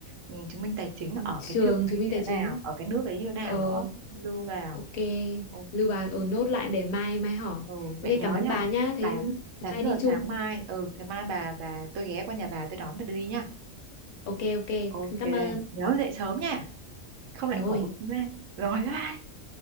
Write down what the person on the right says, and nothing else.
ừ, chứng minh tài chính ở
cái trường đấy
như
thế nào,
ở cái nước đấy như thế nào
nữa, lưu vào.
Ok.
Ừ,
vậy nhớ
nhá
8
8
giờ
sáng mai. Ừ, thế mai bà bà tôi ghé qua nhà bà tôi đón bà đi nha.
Ok,
nhớ dậy sớm nha, không
lại ngủ lên. Rồi bye. bye.